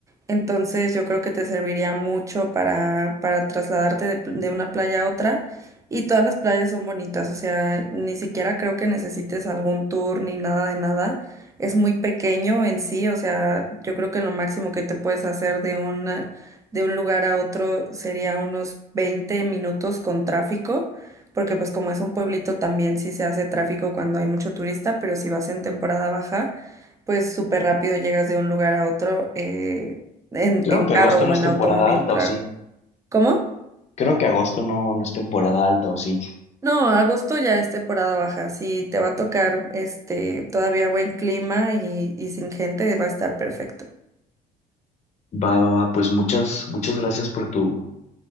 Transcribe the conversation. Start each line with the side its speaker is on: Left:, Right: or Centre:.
Right: entonces yo creo que te serviría mucho para, para trasladarte de, pl- de una playa a otra y todas las playas son bonitas, o sea, ni siquiera creo que necesites algún tour ni nada de nada, es muy pequeño en sí, o sea, yo creo que lo máximo que te puedes hacer de un de un lugar a otro sería unos 20 minutos con tráfico, porque pues como es un pueblito también sí se hace tráfico cuando hay mucho turista, pero si vas en temporada baja, pues súper rápido llegas de un lugar a otro eh, en,
Left: Creo
Right: en
Left: que
Right: carro
Left: agosto
Right: o
Left: no
Right: en
Left: es
Right: automóvil,
Left: temporada alta
Right: claro.
Left: o sí.
Right: ¿Cómo?
Left: Creo que agosto no, no es temporada alta o sí.
Right: No, agosto ya es temporada baja, sí te va a tocar este todavía buen clima y, y sin gente, va a estar perfecto.
Left: Va, va, va, pues muchas, muchas gracias por tu,